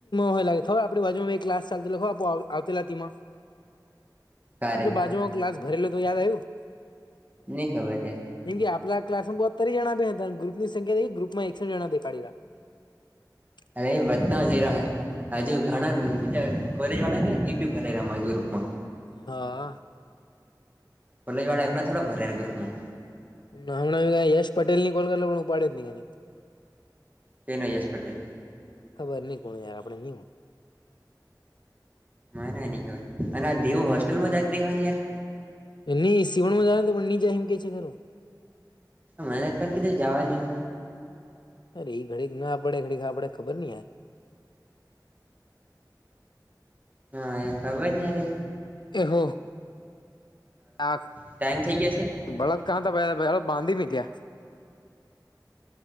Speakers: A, on the left; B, on the right.
A: હોય લાગે હવે આપડી બાજુમાં ક્લાસ ચાલતી આવતીલા માં.
B: કારે
A: લો બાજુમાં ક્લાસ ભરેલો તો યાદ આયું‌.
B: નની ખબર હે.
A: જેમ કે આપડા ક્લાસમાં બ તરી જણા બે્યા હતા ગુપ ની સંખ્યા ગ્રુપમાં એકસઠ જણા દેખાડેલા. <inaudible>
B: અરે વા‌. જ હજુ ઘણા બીજા કોલેજ વાળા હોય બી ભરાય ગ્રુપમાં.
A: હા.
B: કોલેજ વાડા એકલા થોડા ભરેરા ગ્રુપમાં.
A: હમણાં યશ પટેલ ની કોલ કરલો પણ હ ઉપાડે ન‌ઇ એને
B: છે ને યસ પટેલ.
A: ખબર નહી કોણ યાર આપણે નહી.
B: મા ના નની ખબર અને આ દેવ હોસ્ટેલ માં જાત હોવા ને યાર.
A: એને ઈ સસીવણ માંજા ને પણહી જઈમ કે છે ઘરું
B: મને કાલ કીધું જાવાની.
A: અરે એ ઘડીક ના આપડે ઘડીક આપડે ખબર નઈ યાર.
B: હા એ ખબર નથી તારે.
A: એહો આ.
B: ટાઈમ થઈ ગયો છે
A: બળદ કં થ ભ ભ હળત બાંધી મેં ક્યા